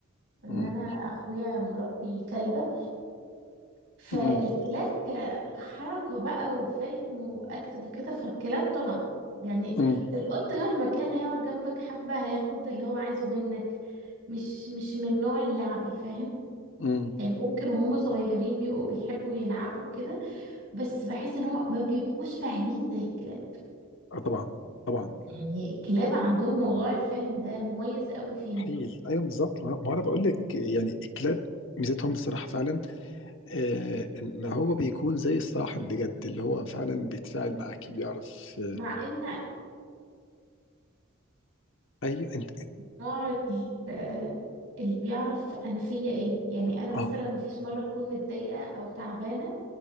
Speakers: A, on the right; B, on the left.
A: ان
B: مم.
A: انا اخويا مربي كلبة فالكلاب
B: مم.
A: ك- كحركة بقى وفهم واكتف وكده فالكلاب طبعا يعني
B: مم.
A: القط مهما كان هيقعد جنبك حبة هياخد اللي هو عايزه منك مش مش من النوع اللعبي فاهم
B: مم.
A: يعني ممكن وهم صغيرين بيبقوا بيحبوا يلعبوا كده بس بحس ان هو ما بيبقوش فاهمين زي الكلاب
B: اه طبعا طبعا
A: يعني الكلاب عندهم موضوع الفهم ده مميز قوي فيهم
B: مستحيل ايوه بالظبط ما ما انا بقول لك يعني الكلاب ميزتهم الصراحة فعلا آه، ان هو بيكون زي الصاحب بجد اللي هو فعلا بيتفاعل معاكي بيعرف آه،
A: مع ان
B: ايوه انت
A: نوع ال- آه، اللي بيعرف انا فيا ايه يعني انا مثلا
B: اه
A: ما فيش مره اكون متضايقه او تعبانه